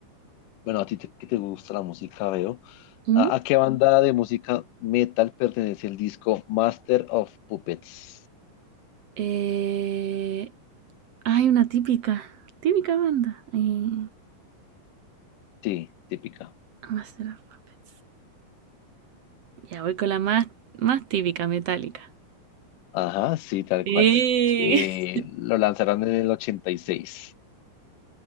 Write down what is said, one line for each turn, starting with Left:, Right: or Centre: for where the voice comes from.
Left: bueno, a ti te- que te gusta la música, veo.
Right: Mm,
Left: ¿A, a qué banda de música metal pertenece el disco Master of Puppets?
Right: eh, hay una típica, típica banda. Eh,
Left: Sí, típica.
Right: Master of Puppets. Ya voy con la más, más típica, metálica.
Left: Ajá, sí, tal
Right: Sí.
Left: cual. Eh,
Right: <laughs>
Left: lo lanzaron en el ochenta Y seis.